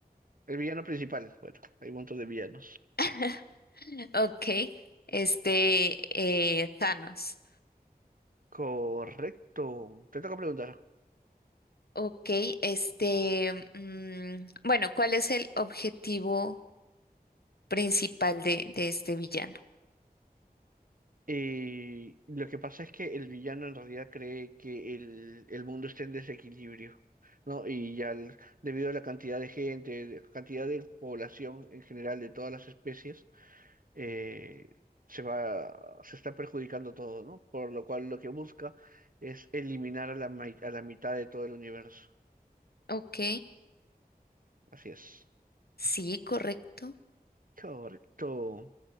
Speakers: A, on the right; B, on the left.
A: El villano principal. Bueno, hay un montón de villanos.
B: <laughs> ok, este, eh, Thanos.
A: Correcto. Te toca preguntar.
B: Ok, este, mm, bueno, ¿cuál es el objetivo principal de, de este villano?
A: Eh, lo que pasa es que el villano en realidad cree que el, el mundo está en desequilibrio, ¿no? Y ya al- debido a la cantidad de gente, de- cantidad de población en general de todas las especies, eh, se va, se está perjudicando todo, ¿no? Por lo cual lo que busca es eliminar a la, mai- a la mitad de todo el universo.
B: Ok,
A: Así es.
B: sí, correcto.
A: Correcto.